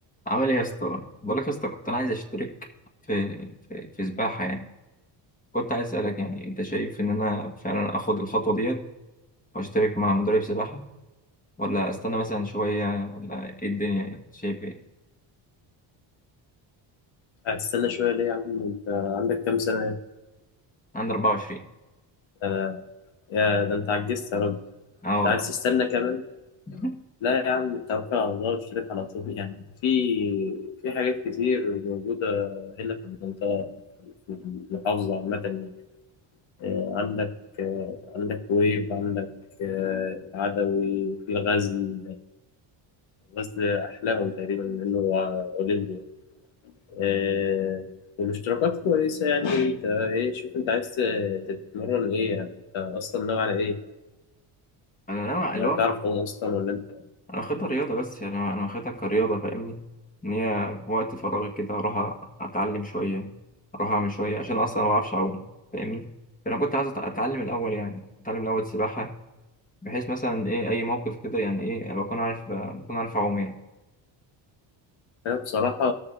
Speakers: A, on the left; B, on the left.
A: عامل ايه يا اسطى بقول لك يا اسطى كنت انا عايز اشترك في في في سباحه يعني كنت عايز اسالك يعني انت شايف ان انا فعلا اخد الخطوه ديت واشترك مع مدرب سباحه ولا استنى مثلا شويه ولا ايه الدنيا يعني شايف ايه
B: هتستنى شوية ليه يا عم انت عندك كام سنة
A: عندي 24
B: آه يا ده انت عجزت يا راجل
A: اه
B: انت
A: والله
B: عايز تستنى كمان
A: <laughs>
B: لا يا عم توكل على الله واشترك على طول يعني في في حاجات كتير موجودة هنا في المنطقة في المحافظة عامة يعني آه، عندك آه، عندك ويب عندك آه، عدوي في الغزل غزل أحلاهم تقريبا لأنه هو أولمبي آه، والاشتراكات كويسة يعني انت ايه شوف انت عايز ت- تتمرن ايه يعني انت اصلا ناوي على ايه
A: انا نوع
B: يعني
A: اللي هو
B: تعرف تعوم اصلا ولا انت
A: انا واخدها رياضه بس يعني انا واخدها كرياضه فاهمني ان هي في وقت فراغي كده اروح اتعلم شويه اروح اعمل شويه عشان اصلا ما بعرفش اعوم فاهمني فانا كنت عايز أت- اتعلم الاول يعني اتعلم الاول سباحه بحيث مثلا ايه اي موقف كده يعني ايه بكون عارف بكون عارف اعوم يعني
B: أنا بصراحة